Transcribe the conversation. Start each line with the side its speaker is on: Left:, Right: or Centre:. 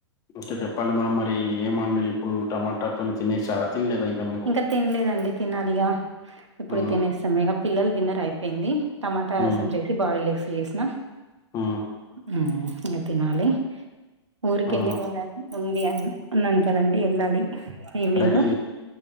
Left: ఇంకా చెప్పాలి మ్యామ్ మరి ఏమండి ఇప్పుడు టమాటాతో తినేసార తినలేద ఇంకా మీ.
Right: ఇంకా తినలేదండి తినాలి ఇగ ఇప్పుడు
Left: ఆ
Right: తినేసాము ఇగ పిల్లలు తిన్నారు అయిపోయింది టమాట
Left: ఆ
Right: రసం చే. బాయిల్ ఎగ్స్ చేసిన
Left: ఆ
Right: హ్మ్ ఇగ తినాలి. ఊరికి
Left: ఆ
Right: వెళ్ళేది ఉంది అండి ఉంది అని వెళ్ళాలి ఈవినింగ్.
Left: రెడీ